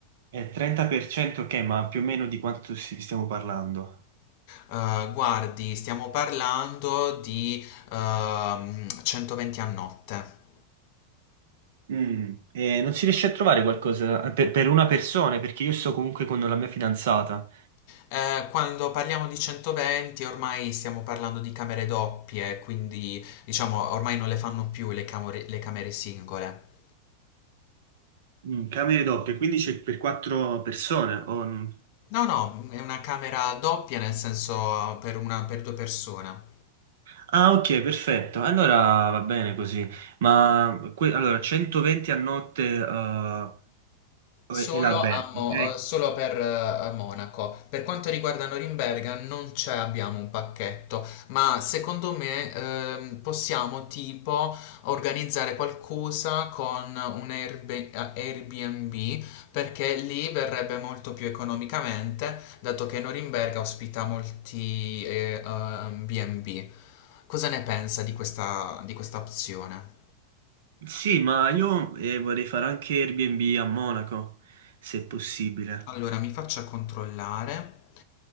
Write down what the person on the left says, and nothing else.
Eh, guardi, stiamo parlando di ehm, 120 a notte.
Eh, quando parliamo di 120 ormai stiamo parlando di camere doppie, quindi diciamo ormai non le fanno più le camere, le camere singole.
No, no, è una camera doppia nel senso per, una, per due persone.
Solo
a, Mo-
eh, solo per eh, Monaco. Per quanto riguarda Norimberga non c'è, abbiamo un pacchetto, ma secondo me ehm, possiamo tipo organizzare qualcosa con un Airb- eh, Airbnb perché lì verrebbe molto più economicamente, dato che Norimberga ospita molti eh, ehm, B&B. Cosa ne pensa di questa, di questa opzione?
Allora, mi faccia controllare.